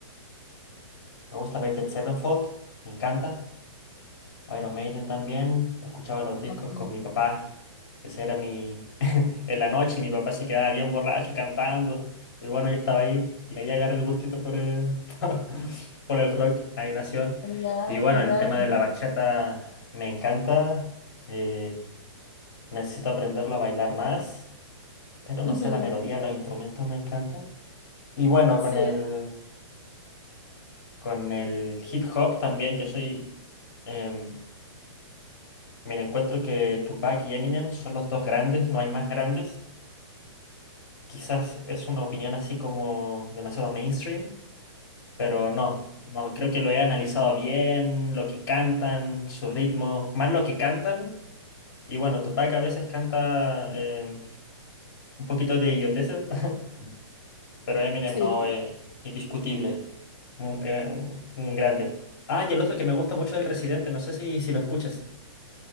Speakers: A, on the left; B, on the left.
A: me gusta Avenged Sevenfold, me encanta. Iron Maiden también. Escuchaba los discos
B: ok.
A: con mi papá. Ese era mi, en la noche y mi papá se quedaba bien borracho cantando. Y bueno, yo estaba ahí y ahí agarré el gustito por el, <laughs> por el rock, ahí nació.
B: Genial,
A: Y bueno,
B: genial,
A: el tema
B: genial.
A: de la bachata me encanta. eh, necesito aprenderlo a bailar más, pero no
B: Ujú,
A: sé, la melodía, los instrumentos me encantan. Y bueno,
B: Sí,
A: con el, con el hip hop también, yo soy... em, mira, encuentro que Tupac y Eminem son los dos grandes, no hay más grandes. Quizás es una opinión así como demasiado mainstream, pero no, no, creo que lo he analizado bien, lo que cantan, su ritmo, más lo que cantan. Y bueno, Tupac a veces canta em, un poquito de idioteces, <laughs> pero Eminem
B: sí,
A: no, es indiscutible, un, eh, un- un grande. Ah, y el otro que me gusta mucho es el Residente, no sé si, si lo escuchas.